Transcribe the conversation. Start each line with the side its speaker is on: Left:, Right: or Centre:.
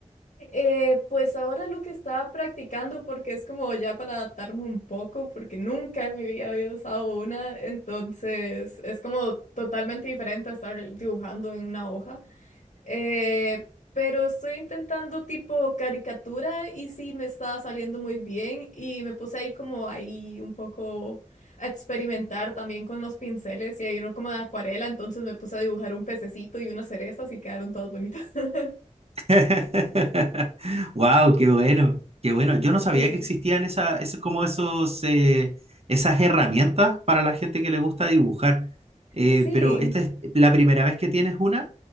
Left: Eh, pues ahora lo que estaba practicando, porque es como ya para adaptarme un poco, porque nunca en mi vida había usado una, entonces es como totalmente diferente a estar dibujando en una hoja. Eh, pero estoy intentando tipo caricatura y sí me está saliendo muy bien y me puse ahí como ahí un poco a experimentar también con los pinceles y hay uno como de acuarela, entonces me puse a dibujar un pececito y una cereza, y quedaron todas bonitas. <laughs>
Right: <laughs> Wow, qué bueno, qué bueno. Yo no sabía
Left: Sí.
Right: que existían esa, eso- como esos, eh, esas herramientas para la gente que le gusta dibujar. Eh,
Left: Sí.
Right: pero esta es la primera vez que tienes una.